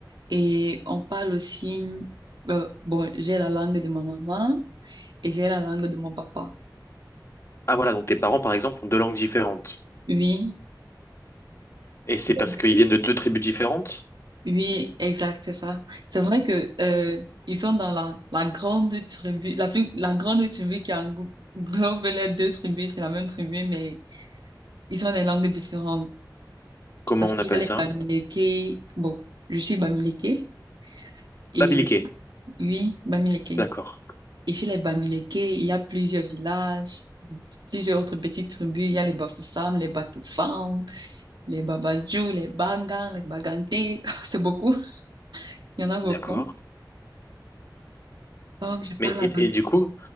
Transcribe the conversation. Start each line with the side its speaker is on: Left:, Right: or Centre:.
Right: et on parle aussi, euh, bon, j'ai la langue de ma maman et j'ai la langue de mon papa.
Left: Ah voilà, donc tes parents par exemple ont deux langues différentes.
Right: Oui,
Left: Et c'est
Right: donc,
Left: parce qu'ils viennent de deux tribus différentes?
Right: oui, exact, c'est ça. C'est vrai que, euh, ils sont dans la, la grande tribu, la plus, la grande tribu qui englo- englobe les deux tribus, c'est la même tribu, mais ils ont des langues différentes.
Left: Comment
Right: Parce
Left: on
Right: qu'il
Left: appelle
Right: y a les
Left: ça?
Right: Bamileke, bon, je suis Bamileke et
Left: Babiliqué.
Right: Oui, Bamileke.
Left: D'accord.
Right: Et chez les Bamileke, il y a plusieurs villages, plusieurs autres petites tribus. Il y a les Bafoussam, les Batoufam, les Babadjou, les Bagan, les Baganté. <laughs> C'est beaucoup. Il y en a beaucoup.
Left: D'accord.
Right: Donc, je parle
Left: Mais
Right: la
Left: et,
Right: langue.
Left: et du coup,